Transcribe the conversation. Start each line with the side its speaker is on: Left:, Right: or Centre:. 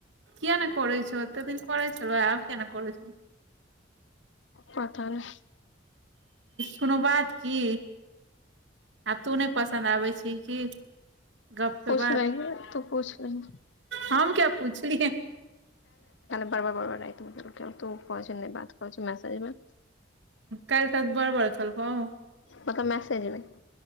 Right: किया नहि करय छौ एतेक दिन करै छलौ आब नहि करय छौ।
Left: पता नहि।
Right: कोनो बात की। आब तू नहि पसन्द आबै छही कि गप्पके
Left: पूछ
Right: बाद।
Left: लही तू पूछ लही
Right: हम किया पूछियै।
Left: बार बार बार रइत तऽ ओ कह नहि बात कह मैसेज मे।
Right: काल तक बर बर केलकौ।
Left: मतलब मेसज एले